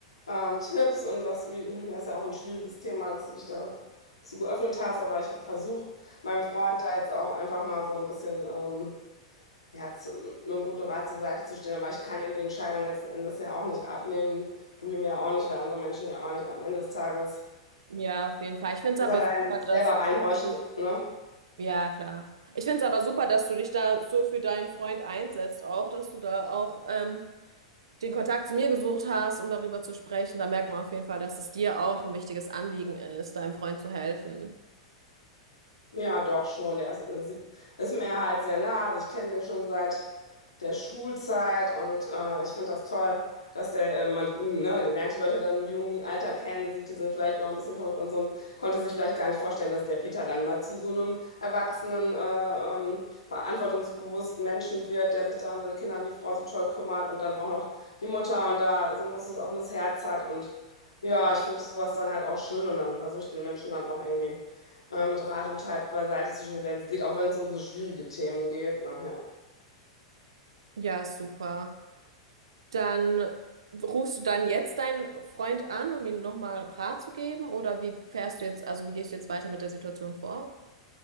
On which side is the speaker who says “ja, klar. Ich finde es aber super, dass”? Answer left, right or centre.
Right